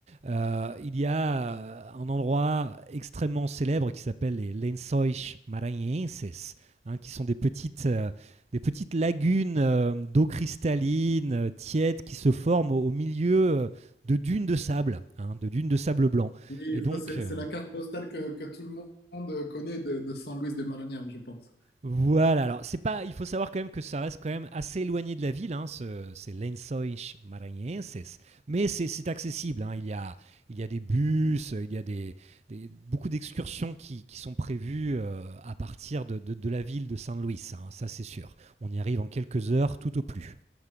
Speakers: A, on the right; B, on the left.
A: euh, il y a euh, un endroit extrêmement célèbre qui s'appelle les Lençóis Maranhenses, hein, qui sont des petites, euh, des petites lagunes euh, d'eau cristalline, euh, tiède, qui se forment au, au milieu euh, de dunes de sable, hein, de dunes de sable blanc.
B: oui,
A: Et donc,
B: ça c'est
A: euh,
B: c'est la carte postale que, que tout le monde connaît de, de San Luis de Marañón, je pense.
A: Voilà, alors c'est pas, il faut savoir quand même que ça reste quand même assez éloigné de la ville, hein, ce- c'est Lençóis Maranhenses, mais c'est c'est accessible, hein, il, y a, il y a des bus, euh, il y a des, des- beaucoup d'excursions qui, qui sont prévues euh, à partir de, de- de la ville de Saint-Louis, hein, ça c'est sûr. On y arrive en quelques heures tout au plus.